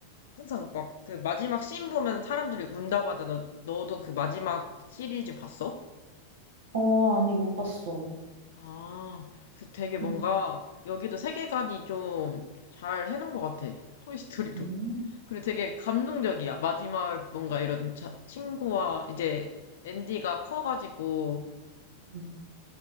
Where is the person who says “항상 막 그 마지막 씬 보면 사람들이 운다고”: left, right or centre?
Left